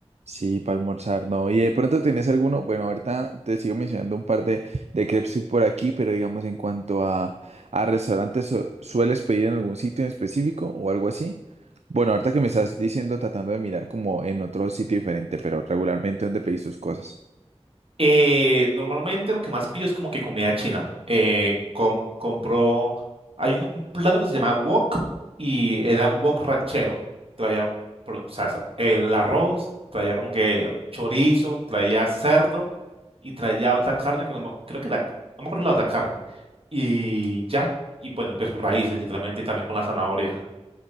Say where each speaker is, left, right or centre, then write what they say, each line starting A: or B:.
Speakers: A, on the right; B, on the right.
A: Sí, para almorzar, no. Y de pronto tienes alguno, bueno, ahorita te sigo mencionando un par de, de crepes por aquí, pero digamos en cuanto a, a restaurantes, ¿su- ¿sueles pedir en algún sitio en específico o algo así? Bueno, ahorita que me estás diciendo, tratando de mirar como en otro sitio diferente, pero regularmente ¿dónde pedís tus cosas?
B: Eh, normalmente lo que más pillo es como que comida china. Eh, com- compro, hay un, un plato que se llama wok y era un wok ranchero. Traía pro- salsa- el arroz, traía como que chorizo, traía cerdo y traía otra carne que no me- creo que la, no me acuerdo la otra carne. Y ya, y bueno, pues sus raíces literalmente y también con la zanahoria.